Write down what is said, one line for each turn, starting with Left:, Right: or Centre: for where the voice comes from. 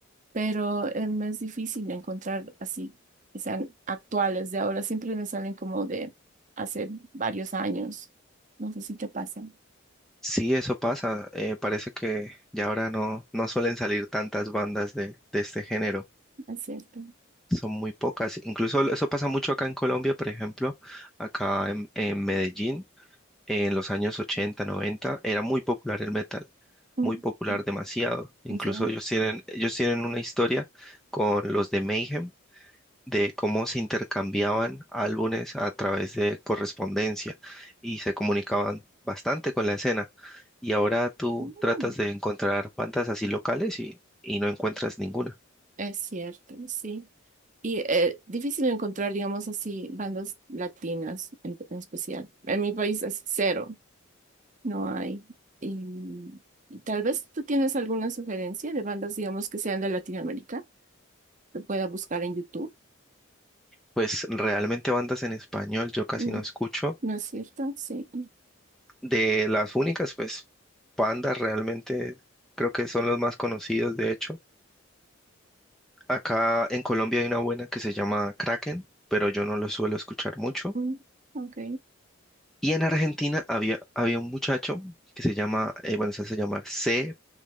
Right: pero eh, me es difícil encontrar así, que sean actuales de ahora. Siempre me salen como de hace varios años. No sé si te pasa, ¿no
Centre: Sí, eso pasa. eh, parece que ya ahora no, no suelen salir tantas bandas de, de este género.
Right: es cierto?
Centre: Son muy pocas. Incluso eso pasa mucho acá en Colombia, por ejemplo, acá en, en Medellín, en los años 80, 90, era muy popular el metal.
Right: Mm.
Centre: Muy popular demasiado. Incluso
Right: Ya.
Centre: ellos tienen, ellos tienen una historia con los de Mayhem de cómo se intercambiaban álbumes a través de correspondencia y se comunicaban bastante con la escena. Y ahora tú
Right: Mm,
Centre: tratas de encontrar bandas así locales y, y no encuentras ninguna.
Right: Es cierto, sí. Y eh, difícil encontrar, digamos así, bandas latinas en, en especial. En mi país es cero, no hay. Y tal vez tú tienes alguna sugerencia de bandas, digamos, que sean de Latinoamérica, que pueda buscar en YouTube.
Centre: Pues realmente bandas en español yo casi
Right: Mm,
Centre: no escucho.
Right: ¿No es cierto? Sí.
Centre: De las únicas, pues bandas realmente creo que son los más conocidos, de hecho. Acá en Colombia hay una buena que se llama Kraken, pero yo no lo suelo escuchar mucho.
Right: Mm, ok.
Centre: Y en Argentina había, había un muchacho que se llama, eh, bueno, se hace llamar C.